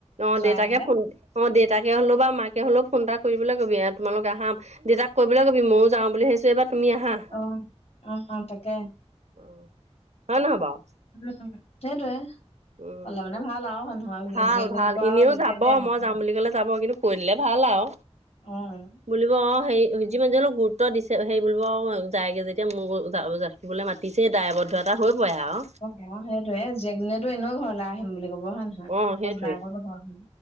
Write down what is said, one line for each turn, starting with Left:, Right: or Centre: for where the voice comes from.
Right: অ
Left: যোৱাই
Right: দেউতাকে
Left: কলে
Right: ফোন অ দেউতাকে হলেও বা মাকে হলেও- ফোন এটা কৰিবলৈ কবি আৰু তোমালোক আহা দেউতাক কৰিবলৈ কবি ময়ো যাওঁ বুলি ভাবিছো এবাৰ তুমি আহা।
Left: অ অ তাকে
Right: অ হয় নহয় বাও
Left: উম সেইটোৱে
Right: উম
Left: কলে মানে ভাল আৰু মানুহক
Right: ভাল
Left: জীয়েকজনী
Right: ভাল
Left: পৰা
Right: এনেও
Left: আৰু যেতিয়া
Right: যাব
Left: তেতিয়া আহিব
Right: মই যাম বুলি কলে যাব কিন্তু কৰিলে ভাল আও
Left: অ
Right: বুলিব আও সেই যিমান যি হলো গুৰুত্ব দিছে হেৰি বুলিব অ যায়গে যেতিয়া মোৰ থাকিবলে মাতিছে দায়বদ্ধ এটা হৈ পৰে আৰু
Left: অ অ সেইটোয়ে জীয়েকজনীয়েতো এনেও ঘৰলৈ আহিম বুলি কব হয় নহয়
Right: অ
Left: অকল
Right: সেইটোৱে
Left: জাকৰ লগত আহিব